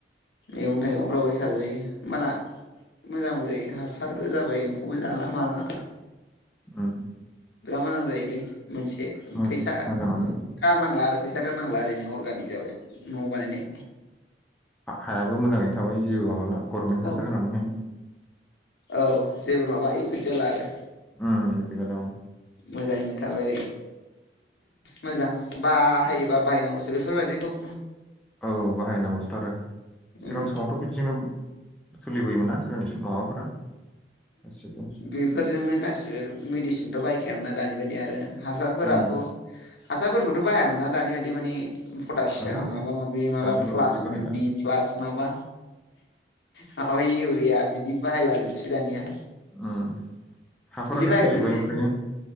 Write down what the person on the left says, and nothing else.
मैगं थाइगंफ्रावबो सारजायो होमबाना मोजांबो जायो हासारबो जाबाय एम्फौबो जाला माला
बिराद मोजां जायोलै मोनसे
फैसा
गारनांला आरो फैसा गारनांला ओरैनो अर्गानिक जाबाय। न आव बानायनाय
औ
औ जेबो माबा इफेक्ट जाला आरो
मोजाङैनो थाबायरै मोजां ब हायोबा बाहायनांगौसो बेफोरबायाददिखौ
उम
बेफोरजोंनो गासिबो मेडिसिनथ' बायखायामोना दानि बायदि आरो हासारफोराथ'
हासारफोरबोथ' बाहायामोना दानि बायदि मानिे पटासियाम
माबा माबि माबा
प्लासनो
बि प्लास माबा माबाय इउरिया बिदि बाहायलाजोबसै दानिया
बिदिबाय
माने